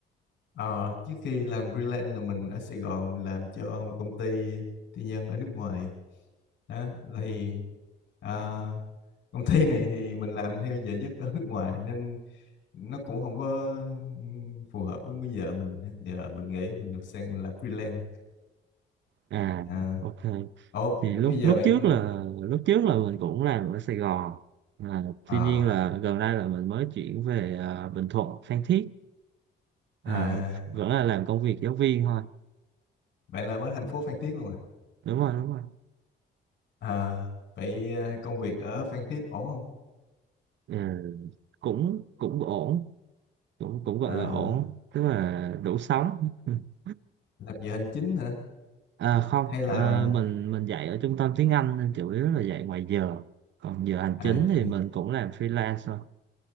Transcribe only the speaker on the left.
à, trước khi làm freelance là mình ở Sài Gòn mình làm cho một công ty tư nhân ở nước ngoài. Đó thì à, công ty này thì mình làm theo giờ giấc ở nước ngoài nên nó cũng không có phù hợp với múi giờ mình giờ mình nghĩ mình được sang mình làm freelance
À,
Ủa,
bây giờ
bạn
à,
à
bạn làm ở thành phố Phan Thiết luôn à?
À, vậy à, công việc ở Phan Thiết ổn không?
À,
làm giờ hành chính hả?
Hay là
à
vậy
mà vậy.